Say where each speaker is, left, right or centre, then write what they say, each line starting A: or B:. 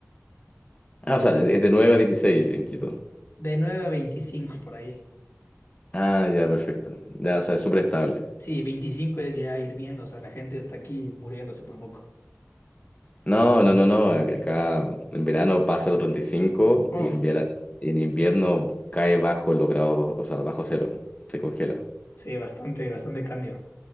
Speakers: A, on the left (about 30°); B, on the left (about 65°).
A: Ah, o sea, es de 9 a 16 en Quito.
B: De 9 a 25 por ahí.
A: Ah, ya, perfecto. Ya, o sea, es súper estable.
B: Sí, 25 es ya hirviendo. O sea, la gente está aquí muriéndose por poco.
A: No, no, no, no. Acá en verano pasa los treinta y cinco
B: Uf.
A: y en, viera- en invierno cae bajo los grados, bajo- o sea, bajo cero. Se congela.
B: Sí, bastante, bastante cambio.